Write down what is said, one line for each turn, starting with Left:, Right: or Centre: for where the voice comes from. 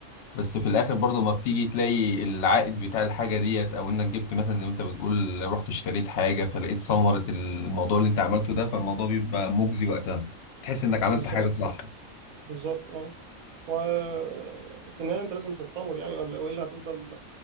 Left: بس في الاخر برضه ما بتيجي تلاقي العائد بتاع الحاجة ديت او انك جبت مثلا زي ما انت بتقول رحت اشتريت حاجة فلقيت ثمرة الموضوع اللي انت عملته ده فالموضوع بيبقى مجزي وقتها تحس انك عملت
Right: بالظبط
Left: حاجة صح
Right: بالظبط اه وفي النهاية أنت لازم تتطور يعني ولا وإلا هتفضل